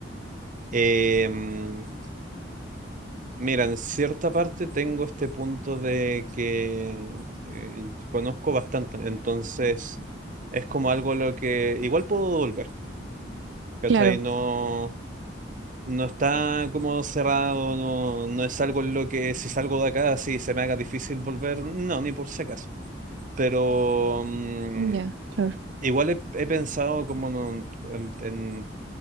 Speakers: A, on the right; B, on the right.
A: Eh, mm, mira, en cierta parte tengo este punto de que eh, conozco bastante, entonces es como algo a lo que igual puedo volver, ¿cachai?
B: Claro,
A: No, no está como cerrado, no, no es algo en lo que si salgo de acá, si se me haga difícil volver, no, ni por si acaso. Pero mm,
B: ya, claro.
A: igual he, he pensado como en, un- en- en-